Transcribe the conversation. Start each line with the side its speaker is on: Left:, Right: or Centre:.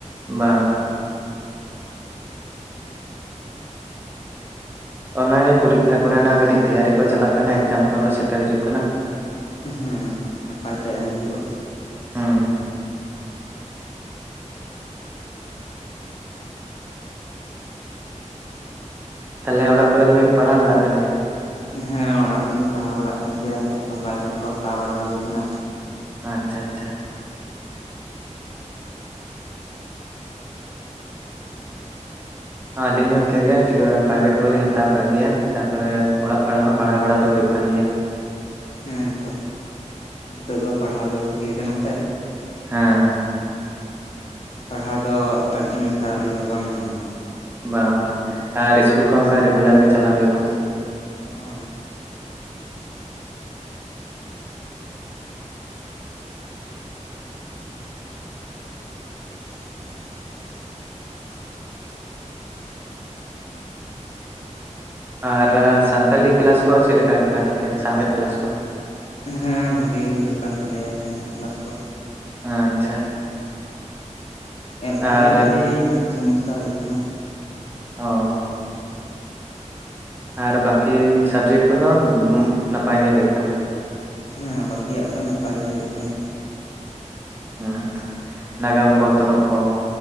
Right: ᱵᱟᱝ ᱵᱟᱝ ᱚᱱᱟᱜᱮ ᱯᱚᱨᱤᱠᱠᱷᱟ ᱠᱚᱨᱮᱱᱟᱜ ᱠᱟᱹᱴᱤᱡ ᱛᱮᱭᱟᱨᱤ ᱠᱚ ᱪᱟᱞᱟᱜ ᱠᱟᱱᱟ ᱮᱠᱡᱟᱢ ᱠᱚᱦᱚᱸᱛᱚ ᱥᱮᱴᱮᱨ ᱦᱤᱡᱩᱜ ᱠᱟᱱᱟ
Left: ᱦᱮᱸ ᱱᱟᱯᱟᱭ ᱛᱮ ᱮᱢ ᱦᱩᱭᱩᱜᱼᱟ
Right: ᱦᱩᱸ ᱛᱟᱞᱦᱮ ᱚᱲᱟᱜ ᱠᱚᱨᱮ ᱫᱚᱵᱤᱱ ᱯᱟᱲᱦᱟᱣ ᱵᱟᱲᱟᱜ ᱠᱟᱱ ᱜᱮᱭᱟ
Left: ᱦᱮᱸ ᱚᱲᱟᱜ ᱨᱮᱞᱤᱧ ᱯᱟᱲᱦᱟᱣ ᱵᱟᱲᱟᱜ ᱠᱟᱱ ᱜᱮᱭᱟ ᱛᱟᱨᱯᱚᱨ ᱯᱨᱟᱭᱵᱷᱮᱴ ᱠᱚ ᱦᱟᱛᱟᱣ ᱵᱟᱲᱟ ᱦᱩᱭ ᱟᱠᱟᱱᱟ
Right: ᱟᱪᱪᱷᱟ ᱟᱪᱪᱷᱟ ᱟᱪᱪᱷᱟ ᱟᱞᱤᱧ ᱦᱚᱸ ᱤᱱᱠᱟᱹᱜᱮ ᱯᱨᱟᱭᱵᱷᱮᱴ ᱠᱚᱦᱚᱸᱞᱤᱧ ᱦᱟᱛᱟᱣ ᱟᱠᱟᱫ ᱜᱮᱭᱟ ᱛᱟᱨᱯᱚᱨᱮ ᱚᱲᱟᱜ ᱠᱚᱨᱮ ᱦᱚᱸ ᱯᱟᱲᱦᱟᱣ ᱵᱟᱲᱟ ᱫᱚ ᱦᱩᱭᱩᱜ ᱠᱟᱱ ᱜᱮᱭᱟ
Left: ᱦᱮᱸᱛᱚ ᱱᱤᱛᱳᱜ ᱫᱚ ᱯᱟᱲᱦᱟᱣ ᱵᱚᱭᱮᱥ ᱜᱮ ᱠᱟᱱᱟ ᱥᱮ
Right: ᱦᱮᱸ
Left: ᱯᱟᱲᱦᱟᱣ ᱫᱚ ᱟᱰᱤ ᱥᱟᱨᱟᱫᱤᱱ ᱫᱚ ᱵᱟᱝ ᱧᱟᱢᱚᱜᱼᱟ
Right: ᱵᱟᱝ ᱵᱟᱝ ᱟᱨ ᱤᱥᱠᱩᱞ ᱠᱚᱦᱚᱸ ᱚᱱᱠᱟ ᱨᱮᱜᱩᱞᱟᱨ ᱜᱮ ᱪᱟᱞᱟᱣ ᱦᱩᱭᱩᱜ ᱠᱟᱱᱟ
Left: ᱦᱮᱸ <inaudible>
Right: ᱟᱨ ᱥᱟᱱᱛᱟᱞᱤ ᱠᱮᱞᱟᱥ ᱠᱚ ᱪᱮᱫ ᱞᱮᱠᱟ ᱦᱩᱭᱩᱜ ᱠᱟᱱ ᱛᱟᱯᱮᱭᱟ ᱥᱟᱶᱦᱮᱫ ᱠᱮᱞᱟᱥ ᱠᱚ
Left: ᱦᱮᱸ ᱵᱷᱟᱜᱤ ᱜᱮ ᱦᱩᱭᱩᱜ ᱠᱟᱱ ᱛᱟᱞᱮᱭᱟ ᱥᱟᱦᱮᱫ ᱠᱮᱞᱟᱥ ᱠᱚ
Right: ᱟᱪᱪᱷᱟ
Left: ᱮᱞᱠᱷᱟ
Right: ᱟᱨ
Left: ᱜᱮ ᱠᱟᱹᱴᱤᱡ ᱥᱚᱢᱚᱥᱟ ᱦᱩᱭᱩᱜ ᱠᱟᱱᱟ
Right: ᱚ ᱟᱨ ᱵᱟᱠᱤ ᱥᱟᱵᱽᱡᱮᱠᱴ ᱠᱚᱫᱚ ᱱᱟᱯᱟᱭ ᱜᱮ ᱦᱩᱭᱩᱜ ᱠᱟᱱᱟ
Left: ᱦᱮᱸ ᱵᱟᱠᱤᱭᱟᱜ ᱫᱚ ᱱᱟᱯᱟᱭ ᱜᱮ ᱦᱩᱭᱩᱜ ᱠᱟᱱᱟ
Right: ᱦᱮᱸ ᱱᱟᱜᱟᱢ ᱠᱚ ᱚᱛᱱᱚᱜ ᱠᱚ